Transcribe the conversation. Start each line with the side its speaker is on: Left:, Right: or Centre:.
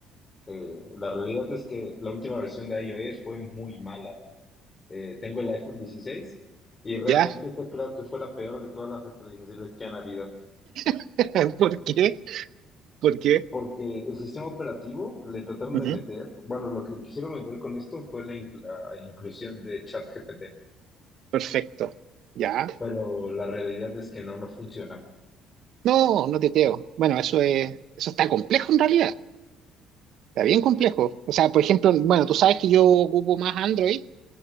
Left: eh, la realidad es que la última versión de iOS fue muy mala. Eh, tengo el iPhone dieciséis y realmente
Right: ¿Ya?
Left: este creo que fue la peor de todas las actualizaciones que han habido,
Right: <laughs> ¿Por qué? ¿Por qué?
Left: porque el sistema operativo le trataron
Right: Ujú,
Left: de meter, bueno, lo que quisieron meter con esto fue la, inclu- la inclusión de ChatGPT,
Right: Perfecto. ¿Ya?
Left: pero la realidad es que no, no funciona.
Right: No, no te creo. Bueno, eso es, eso está complejo en realidad. Está bien complejo. O sea, por ejemplo, bueno, tú sabes que yo ocupo más Android